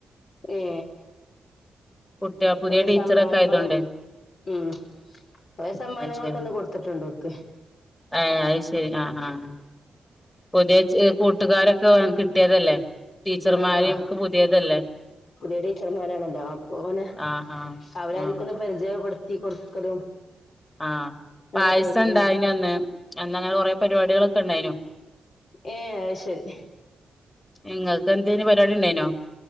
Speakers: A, on the left (about 65°); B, on the left (about 20°).
A: ഏ
B: കുട്ടിക പുതിയ
A: കൊറെ
B: ടീച്ചറൊക്കെ
A: സമ്മാനങ്ങളും
B: ആയതോണ്ടെ
A: ഉം കുറേ സമ്മാനങ്ങളൊക്കെ
B: ശരി
A: അന്ന് കൊടുത്തിട്ടുണ്ട് ഓല്ക്ക്
B: ഏഹ് അത് ശെരി ആഹ് ആഹ് പുതിയ കൂട്ടുകാരൊക്കെ കിട്ടിയതല്ലേ ടീച്ചർമാര്
A: ആഹ്
B: ഒക്ക് പുതിയതല്ലേ
A: പുതിയ ടീച്ചർമാരാണല്ലോ അപ്പം ഓന്
B: ആഹ് ആഹ്
A: അവരാധിക്കുന്ന
B: ആഹ്
A: പരിചയപ്പെടുത്തി കൊടുക്കലും
B: ആഹ്
A: അങ്ങനെയൊക്കെ
B: പായസം
A: ആയിട്ടാണ്
B: ഒണ്ടായിന് അന്ന് അന്ന് അങ്ങനെ കൊറെ പരിപാടികളൊക്കെ ഉണ്ടായിനു
A: ഏഹ് അത് ശെരി
B: നിങ്ങൾക്ക് എന്തേലും പരിപാടി ഉണ്ടായിനോ?